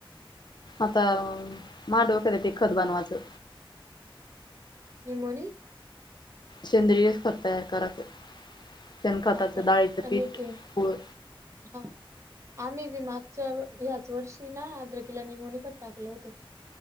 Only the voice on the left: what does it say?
आता माडवखर य ते खत बनवायचं.
सेंद्रिय खत तयार करायचं शेण खाताच
डाळीचं
पीठ
गु ळ.